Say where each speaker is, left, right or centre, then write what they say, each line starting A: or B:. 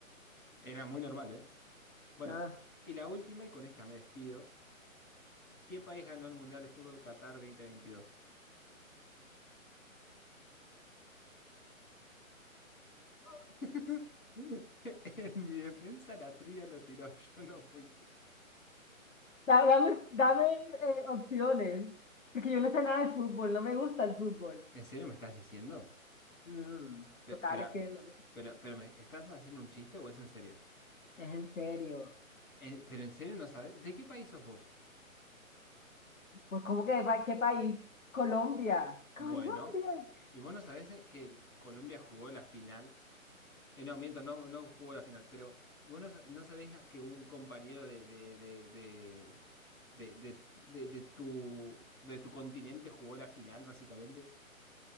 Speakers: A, on the left (about 80°); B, on the left (about 65°).
A: Era muy normal, ¿eh? Bueno,
B: Ah,
A: y la última, y con esta me despido. ¿Qué país ganó el Mundial de Fútbol Qatar dos mil veintidós <laughs> En mi defensa la trivia lo tiró, <laughs> yo no fui.
B: da- dame dame eh, opciones, porque yo no sé nada de fútbol, no me gusta el fútbol.
A: ¿En serio me estás diciendo?
B: Mm,
A: Pe-
B: total,
A: pero,
B: es que no-
A: pero, pero ¿me estás haciendo un chiste o es en serio?
B: es en serio.
A: Eh, ¿pero en serio no sabes? ¿De qué país sos vos?
B: Pues, ¿cómo que de pa- qué país? Colombia.
A: Bueno,
B: Colombia.
A: ¿y vos no sabés eh, que Colombia jugó la final? Eh, no, miento, no, no jugó la final, pero vos no, sa- no sabías que un compañero de, de, de, de, de, de- de- de tu, de tu continente jugó la final, básicamente.